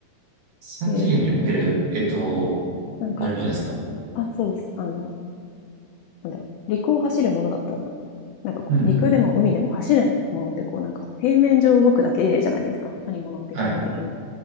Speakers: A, on the right; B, on the left.
A: 三次元における、
B: で、
A: えっと、
B: なんか、
A: 乗り物ですか
B: あ、そうです。あの、なんだろう、陸を走るものだったら、なんかこう、
A: うん、
B: 陸でも海でも走るものってこうなんか、平面上動くだけじゃないですか。乗り物って基本的に。
A: はい。